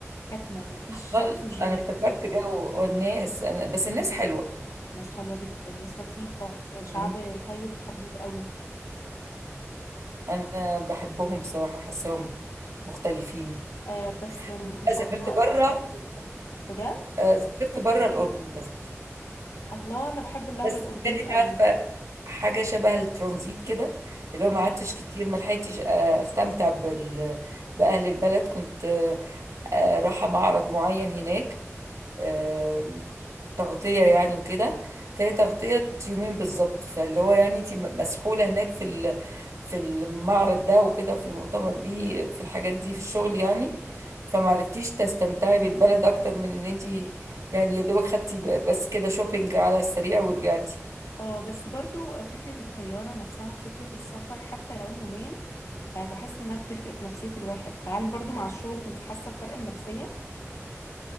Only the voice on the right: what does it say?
ضل
أنا افتكرت جو الناس أنا بس الناس حلوة
مم.
أنا بحبهم بصراحة حاساهم مختلفين
أنا بقى
سافرت
بره
آه، سافرت
بره
الأردن بس
بس
كانت
عارفة حاجة شبه الترانزيت كده اللي هو ما قعدتش كتير ما لحقتش آه، استمتع بال... بأهل البلد كنت آه، آه، رايحة معرض معين هناك آم، تغطية يعني وكده فهي تغطية يومين بالظبط فاللي هو يعني انت مسحولة هناك في ال- في المعرض ده وكده في المؤتمر بيه في الحاجات دي في الشغل يعني فمعرفتيش تستمتعي بالبلد اكتر من ان انت يعني يا دوبك خدتي ب- بس كده شوبينج على السريع ورجعتي